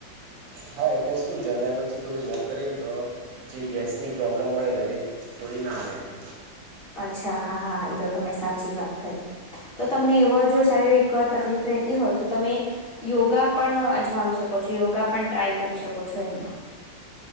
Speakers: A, on the right (about 80°); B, on the left (about 45°).
A: હા એટલે શું જમ્યા પછી થોડું વોક કરીએન તો જે ગેસની પ્રોબ્લેમ હોય એ થોડી ના રે એમ.
B: અચ્છા હા હા એ તો તમે સાચી વાત કહી. તો તમને એવા જો શારીરિક તકલીફ રહેતી હોય તો તમે યોગા પણ અજમાવી શકો છો, યોગા પણ ટ્રાય કરી શકો છો એમ.